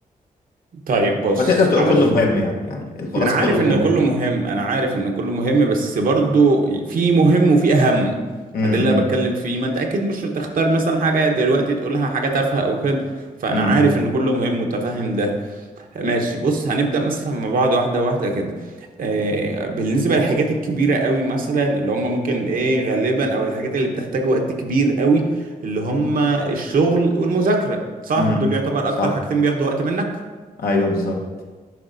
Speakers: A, on the right (about 70°); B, on the left (about 85°).
A: طيب بص
B: فتقدر تقول
A: على
B: كله مهم يعني يعني الخلاصة
A: انا عارف
B: كله مهم
A: ان كله مهم انا عارف ان كله مهم بس برضو في مهم وفي اهم
B: امم
A: ده اللي انا بتكلم فيه ما انت اكيد مش هتختار مثلا حاجه دلوقتي تقولها حاجه تافهه او كده فانا
B: امم
A: عارف ان كله مهم متفهم ده ماشي بص هنبدا مثلا مع بعض واحده واحده كده آه بالنسبه للحاجات الكبيره قوي مثلا اللي هم ممكن ايه غالبا او الحاجات اللي بتحتاج وقت كبير قوي اللي هم الشغل والمذاكره صح
B: امم
A: دول يعتبر
B: صح
A: اكتر حاجتين بياخدوا وقت منك
B: ايوه بالظبط